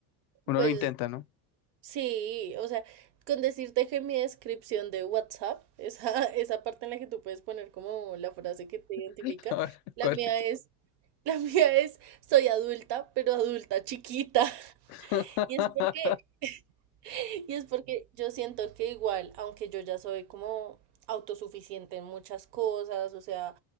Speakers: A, on the left; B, on the right.
A: Uno
B: Pues
A: lo intenta, ¿no?
B: sí, o sea, con decirte que mi descripción de WhatsApp, esa, <laughs> esa parte en la que tú puedes poner como la frase que te identifica,
A: <laughs> A ver,
B: la
A: ¿Cuál
B: mía
A: es?
B: es, la mía es, soy adulta, pero adulta chiquita. <laughs>
A: <laughs>
B: Y es porque <laughs> Y es porque yo siento que igual, aunque yo ya soy como autosuficiente en muchas cosas, o sea,